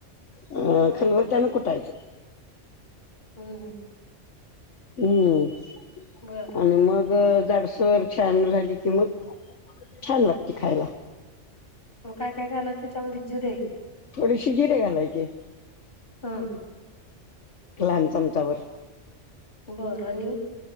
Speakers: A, on the left (about 75°); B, on the left (about 50°).
A: अ
B: मग
A: खलबत्यानं कुठायचं
B: ह, ह
A: हम्म
B: बर
A: आणि मग मग जाडसर छान झाली की मग छान लागते खायला
B: मग काय काय घालायच त्याच्यामध्ये जीरे
A: थोडीशी जीरे घालायचे
B: हम
A: लहान चमचाबर
B: बरं, आणि